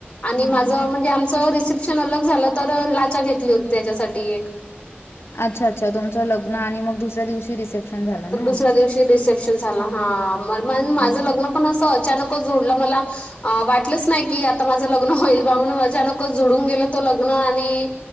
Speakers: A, on the left; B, on the left.
A: आणि
B: हं.
A: माझं म्हणजे आमचं रिसेप्शन अलग झालं. तर लाचा घेतली होती त्याच्यासाठी एक.
B: अच्छा, अच्छा. तुमचं लग्न मग दुसऱ्या दिवशी रिसेप्शन झाला ना
A: दुसऱ्या दिवशी रिस प्शन झाला हा.
B: हम्म.
A: माझ लग्न पण अस अचानकच जोडलं. मला अ वाटलंच नाही की आता माझं लग्न होईल बा. म्हणून अचानकच जुडून गेलं तो लग्न. आणि